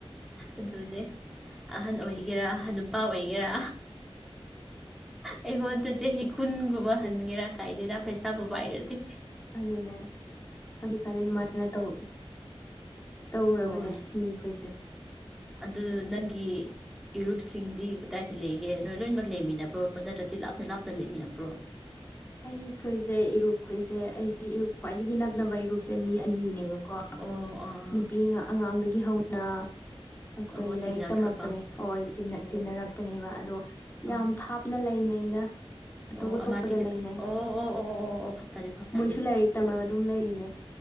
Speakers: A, in the centre; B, on the left.
A: ꯑꯗꯨꯅꯦ ꯑꯍꯟ ꯑꯣꯏꯒꯦꯔꯥ ꯍꯥꯅꯨꯄꯥ ꯑꯣꯏꯒꯦꯔꯥ ꯑꯩꯉꯟꯗ ꯆꯍꯤꯦ ꯍ ꯀꯨꯟꯒꯨꯕꯍꯟꯒꯦꯔ ꯈ ꯍꯥꯏꯗꯦ ꯇ ꯐꯩꯁꯕꯨ ꯍꯥꯏꯥꯏꯔꯗꯤ
B: ꯑꯗꯨꯅꯦ ꯍꯧꯖꯤꯛꯀꯥꯟꯗꯤ ꯑꯗꯨꯃꯥꯏꯅ ꯇꯧ ꯇꯧꯔꯕꯅꯦ
A: ꯍꯣꯏ
B: ꯃꯤꯈꯣꯏꯁꯦ
A: ꯑꯗꯨ ꯅꯪꯒꯤ ꯏꯔꯨꯞꯁꯤꯡꯗꯤ ꯀꯗꯥꯏꯗ ꯂꯩꯒꯦ ꯅꯣꯏ ꯂꯣꯏꯅꯃꯛ ꯂꯩꯃꯤꯟꯅꯕ꯭ꯔꯣ ꯅꯠꯇ꯭ꯔꯗꯤ ꯂꯥꯞꯅ ꯂꯥꯞꯅ ꯂꯩꯃꯤꯟꯅꯕ꯭ꯔꯣ
B: ꯑꯩꯈꯣꯏꯁꯦ ꯏꯔꯨꯞꯈꯣꯏꯁꯦ ꯑꯩꯒꯤ ꯏꯔꯨꯞ ꯈ꯭ꯋꯥꯏꯗꯒꯤ ꯅꯛꯅꯕ ꯏꯔꯨꯞꯁꯦ ꯃꯤ ꯑꯅꯤꯅꯦꯕꯀꯣ
A: ꯑꯣ ꯑꯥ ꯑꯥ
B: ꯅꯨꯄꯤ ꯑꯉꯥꯡꯗꯒꯤ ꯍꯧꯅ ꯑꯩꯈꯣꯏ
A: ꯑꯥ ꯑꯣ
B: ꯂꯥꯏꯔꯤꯛ
A: ꯇꯤꯟꯅꯈ꯭ꯔꯕ
B: ꯇꯝꯔꯛꯄꯅꯦ ꯍꯣꯏ
A: ꯑꯣ
B: ꯇꯤꯟꯅꯔꯛꯄꯅꯦꯕ
A: ꯑꯣ
B: ꯑꯗꯣ ꯌꯥꯝ
A: ꯑꯥ
B: ꯊꯥꯞꯅ ꯂꯩꯅꯩ ꯑꯇꯣꯞ
A: ꯑꯣ
B: ꯑꯇꯣꯞꯄꯗ
A: ꯑꯃꯗꯤ
B: ꯂꯩꯅꯩ
A: ꯑꯣ ꯑꯣ ꯑꯣ ꯑꯣ ꯑꯣ ꯑꯣ ꯐꯞꯇꯥꯔꯦ ꯐꯞꯇꯥꯔꯦ
B: ꯃꯣꯏꯁꯨ ꯂꯥꯏꯔꯤꯛ ꯇꯝꯔꯒ ꯑꯗꯨꯝ ꯂꯩꯔꯤꯅꯦ